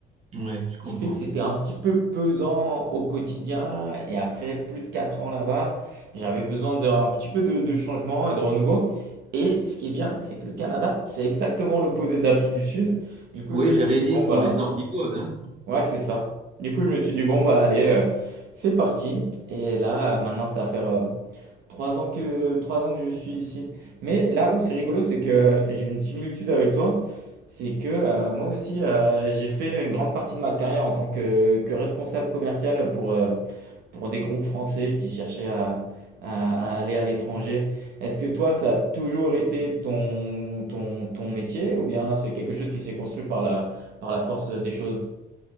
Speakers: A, on the right (about 40°); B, on the right (about 75°).
A: Oui, je comprends.
B: Ce qui fait que c'était un petit peu pesant au quotidien. Et après plus de 4 ans là-bas, j'avais besoin d'un petit peu de, de changement et de renouveau. Et ce qui est bien, c'est que le Canada, c'est exactement l'opposé de l'Afrique du Sud. Du coup,
A: Oui,
B: je me
A: j'allais
B: suis dit,
A: dire,
B: bon,
A: ce
B: bah,
A: sont les antipodes, hein
B: ouais, c'est ça. Du coup, je me suis dit, bon, bah, allez, euh, c'est parti. Et là, euh, maintenant, ça va faire. euh, Trois ans que, trois ans que je suis ici. Mais là où c'est rigolo, c'est que j'ai une similitude avec toi. C'est que euh, moi aussi, euh, j'ai fait une grande partie de ma carrière en tant que, que responsable commercial pour, euh, pour des groupes français qui cherchaient à, à- à aller à l'étranger. Est-ce que toi, ça a toujours été ton, ton, ton métier ou bien c'est quelque chose qui s'est construit par la, par la force des choses?